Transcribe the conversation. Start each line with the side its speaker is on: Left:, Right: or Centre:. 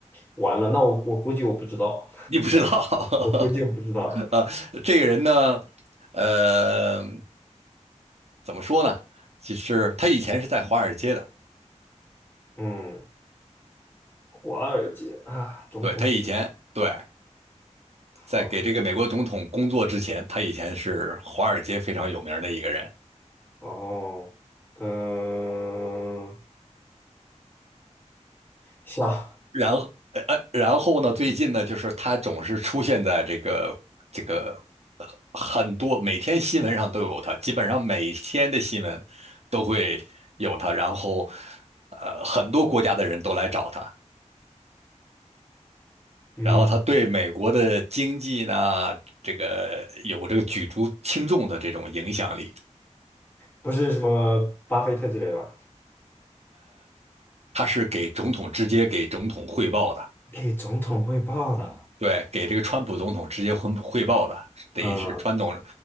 Left: 完了，那我我估计我不知道，
Right: 你不知道。<laughs>
Left: 我估计我不知道。
Right: 呃，这个人呢，呃，怎么说呢？其实他以前是在华尔街的，
Left: 嗯，华尔街啊，总统不懂
Right: 对，他以前对
Left: 好
Right: 在给这个美国总统工作之前，他以前是华尔街非常有名的一个人。
Left: 哦，嗯、下
Right: 然后，呃，呃然后呢，最近呢，就是他总是出现在这个这个很多，每天新闻上都有他，基本上每天的新闻都会有他。然后，呃，很多国家的人都来找他，
Left: 嗯，
Right: 然后他对美国的经济呢，这个有这个举足轻重的这种影响力。
Left: 不是什么巴菲特之类吧？
Right: 他是给总统直接给总统汇报的，
Left: 给总统汇报的，
Right: 对，给这个川普总统直接汇汇报的，等于是川总，
Left: 嗯，